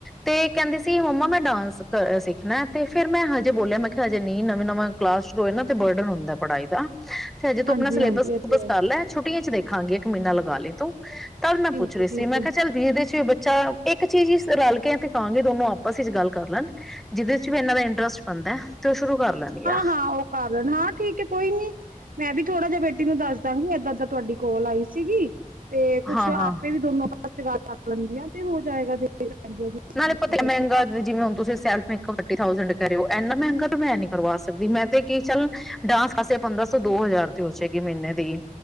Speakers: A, in the centre; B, on the right.
A: ਤੇ ਕਹਿੰਦੇ ਸੀ ਮੰਮਾ ਮੈਂ ਡਾਂਸ ਕ ਸਿੱਖਣਾ। ਤੇ ਫੇਰ ਮੈਂ ਹਜੇ ਬੋਲਿਆ ਮੈਂ ਕਿਹਾ ਹਜੇ ਨਹੀਂ। ਨਵੇਂ ਨਵਾਂ ਕਲਾਸ ਜੋ ਇਹ ਨਾ ਤੇ ਬਰਡਨ ਹੁੰਦਾ ਪੜ੍ਹਾਈ ਦਾ। ਤੇ ਹਜੇ ਤੂੰ
B: ਹਾਂਜੀ-ਹਾਂਜੀ
A: ਆਪਣਾ ਸਿਲੇਬਸ ਸਿਲੂਬਸ
B: ਇਹ ਤੇ ਹੈ
A: ਕਰ ਲੈ। ਛੁਟੀਆਂ ਚ ਦੇਖਾਂਗੇ। ਇੱਕ ਮਹੀਨਾ ਲਗਾ ਲੇ। ਤਦ ਮੈਂ
B: ਠੀਕ
A: ਪੁੱਛ ਰਹੀ
B: ਏ, ਠੀਕ
A: ਸੀ ਤੇ ਮੈਂ
B: ਏ।
A: ਕਿਹਾ ਚੱਲ <inaudible> ਸੀ। ਚ ਇੱਕ ਚੀਜ਼ ਹੀ ਰਲ ਕੇ, ਤੇ ਕਹਾਂਗੇ। ਦੋਨੋ ਆਪਸ ਵਿਚ ਗੱਲ ਕਰ ਲੈਣ। ਜਿਹਦੇ ਚ ਵੀ ਇਹਨਾਂ ਦਾ ਇੰਟਰਸਟ ਬਣਦਾ ਤੇ ਸ਼ੁਰੂ ਕਰ ਲੈਣੀ
B: ਹਾਂ
A: ਆ
B: -ਹਾਂ। ਉਹ ਕਰ ਲੈਣ ਹਾਂ ਠੀਕ ਹੈ। ਕੋਈ ਨੀ। ਮੈਂ, ਵੀ ਥੋੜਾ ਜਿਹਾ ਬੇਟੀ ਨੂੰ ਦੱਸ ਦਾਂਗੀ ਏਦਾਂ ਦ ਤੁਹਾਡੀ ਕੋਲ ਆਈ ਸੀਗੀ। ਤੇ ਕੁੱਛ
A: ਹਾਂ ਹਾਂ
B: ਆਪੇ ਵੀ ਦੋਨੋ <unintelligible> <inaudible> ਤੇ ਹੋ ਜਾਏਗਾ। ਦੇਖ ਲੈਣਗੀਆਂ
A: ਨਾਲੇ
B: ਇੰਟਰਸਟ
A: ਪਤਾ ਮਹਿੰਗਾ ਜਿਵੇਂ ਹੁਣ ਤੁਸੀ ਸੇਲਫ਼ ਮੇਕਅੱਪ ਥਰਟੀ ਥਾਉਸੰਡ ਕਹਿ ਰਹੇ ਓ। ਇੰਨਾ ਮਹਿੰਗਾ ਤਾਂ ਮੈਂ ਨੀ ਕਰਵਾ ਸਕਦੀ। ਮੈਂ ਤੇ ਕੀ ਚੱਲ ਡਾਂਸ <unintelligible> ਪੰਦਰਾਂ ਸੌ ਦੋ ਹਜ਼ਾਰ ਤੇ ਹੋ ਜੇ। ਮਹੀਨੇ <unintelligible> ਦੀ